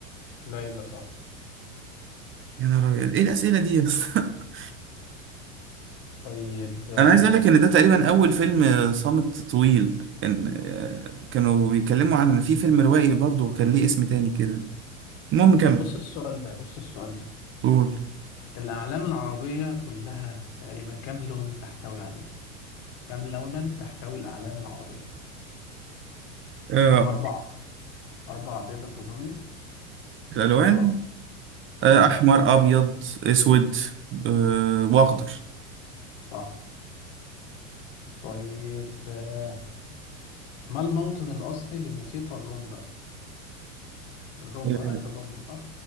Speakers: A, on the left; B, on the right.
A: ليلى صح
B: يا نهار ابيض ايه الاسئله دي يا اسطى <laughs>
A: طيب آه،
B: انا عايز اقول لك ان ده تقريبا اول فيلم آه، صامت طويل كان آه كانوا بيتكلموا عن في فيلم روائي برضه كان ليه اسم تاني كده المهم كمل
A: طب بص السؤال ده بص السؤال ده
B: قول
A: الأعلام العربية كلها تقريبا كم لون تحتوي عليه كم لونا تحتوي الأعلام العربية
B: آه
A: هم أربعة أربعة تقدر تقولهم لي
B: الالوان
A: بسرعة
B: آه
A: اه
B: احمر ابيض اسود آه واخضر
A: صح طيب آه، ما الموطن الأصلي لموسيقى الرومبا الرومبا
B: اه
A: عارف الرومبا صح